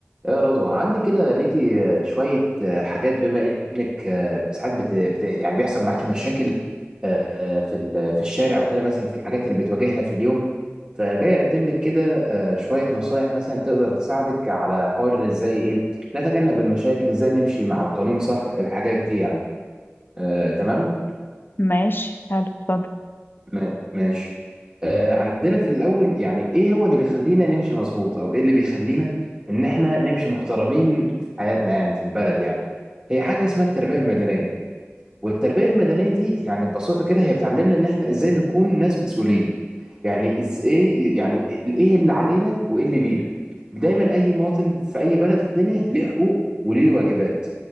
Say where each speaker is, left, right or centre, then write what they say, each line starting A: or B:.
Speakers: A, on the right; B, on the left.
A: يا رضوى عندي كده ليكي آه، شوية آه، حاجات بما إنك آه، ساعات بت... بت... يعني بيحصل معاكي مشاكل آه، آه، في ال... في الشارع وكده مثلا في الحاجات اللي بتواجهنا في اليوم فجاي أقدم لك كده آه، شوية نصايح مثلا تقدر تساعدك على حوار إزاي إيه نتجنب المشاكل إزاي نمشي مع القانون صح الحاجات دي يعني آه، تمام
B: ماشي حلو اتفضل
A: ما- ماشي آه، عندنا في الأول يعني إيه هو اللي بيخلينا نمشي مظبوط أو إيه اللي بيخلينا إن إحنا نمشي محترمين في حياتنا يعني في البلد يعني هي حاجة اسمها التربية المدنية والتربية المدنية دي يعني ببساطة كده هي بتعلمنا ان احنا ازاي نكون ناس مسؤولين يعني ازاي يعني ايه اللي علينا وايه اللي لينا دايما اي مواطن في اي بلد في الدنيا ليه حقوق وليه واجبات